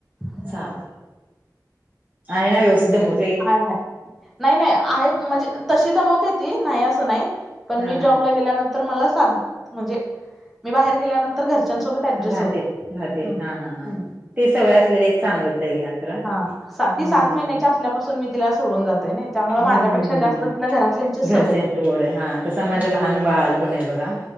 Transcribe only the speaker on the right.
ग आहेय ना व्यवस्थध मो
हा
हा
राहते
राहते हा हा हा ते सगळं असलेले एक चांगलंच आहे खरं
हम्म
हम्म
हम्
घरच्यांची ओढ आहे हा तस माझा
लहान पण बा